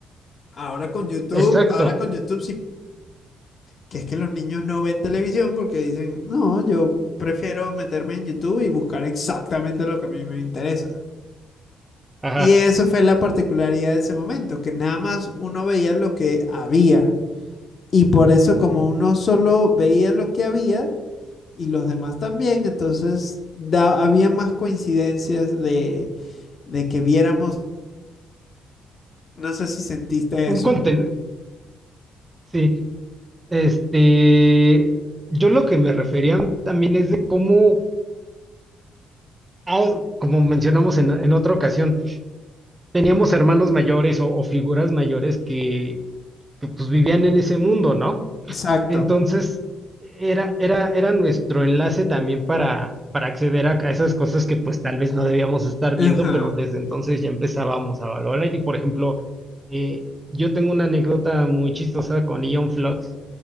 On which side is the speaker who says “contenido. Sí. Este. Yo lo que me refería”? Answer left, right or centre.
Right